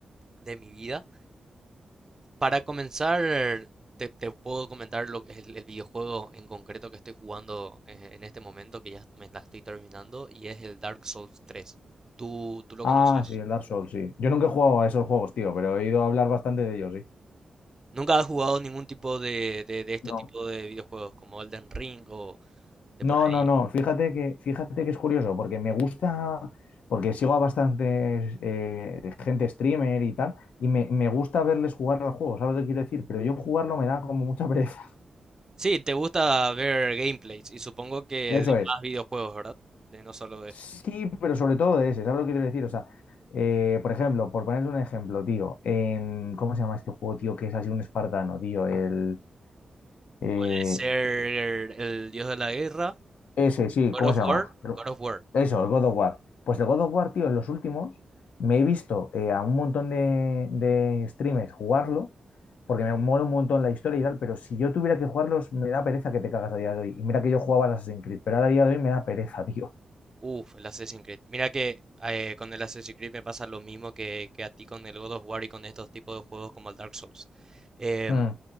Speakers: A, on the right; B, on the left.
A: de mi vida. Para comenzar, te, te puedo comentar lo que es el, el videojuego en concreto que estoy jugando eh, en este momento, que ya me la estoy terminando, y es el Dark Souls tres. ¿Tú, tú lo
B: Ah,
A: conoces?
B: sí, el Dark Souls, sí. Yo nunca he jugado a esos juegos, tío, pero he ido a hablar bastante de ellos, sí.
A: ¿Nunca has jugado ningún tipo de, de, de este
B: No.
A: tipo de videojuegos como Elden Ring o de
B: No,
A: por ahí?
B: no, no. Fíjate que, fíjate que es curioso, porque me gusta, porque sigo a bastantes eh, gente streamer y tal, y me, me gusta verles jugar al juego, ¿sabes lo que quiero decir? Pero yo jugarlo me da como mucha pereza. <laughs>
A: Sí, te gusta ver gameplays y supongo que
B: Eso
A: de
B: es.
A: más videojuegos, ¿verdad? De no solo de
B: Sí,
A: esto.
B: pero sobre todo de ese, ¿sabes lo que quiero decir? O sea, eh, por ejemplo, por ponerle un ejemplo, tío, em, ¿cómo se llama este juego, tío, que es así un espartano, tío? El, eh,
A: Puede ser el Dios de la Guerra,
B: ese, sí,
A: God
B: ¿cómo
A: of
B: se
A: War,
B: llama? Pero-
A: God of War.
B: Eso, el God of War. Pues el God of War, tío, en los últimos me he visto eh, a un montón de, de streamers jugarlo, porque me mola un montón la historia y tal, pero si yo tuviera que jugarlos, me da pereza que te cagas a día de hoy. Y mira que yo jugaba al Assassin's Creed, pero ahora a día de hoy me da pereza, <laughs> tío.
A: Uf, el Assassin's Creed. Mira que eh, con el Assassin's Creed me pasa lo mismo que, que a ti con el God of War y con estos tipos de juegos como el Dark Souls. Em,
B: Mm.